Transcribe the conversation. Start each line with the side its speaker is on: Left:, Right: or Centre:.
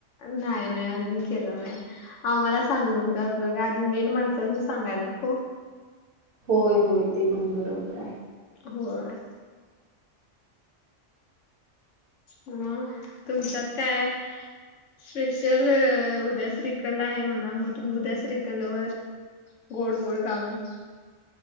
Left: नाय नाय अजून केला नाय. आम्हाला सांगून काय उपयोग आहे आधी मेन माणसानी सांगाय नको.
Right: होय होय ते पण बरोबर आहे.
Left: होय. म तुमच्यात काय स्पेशल उद्या श्रीखंड आहे म्हणा म तुम्ही उद्या श्रीखंड वर गोड गोड खाऊन.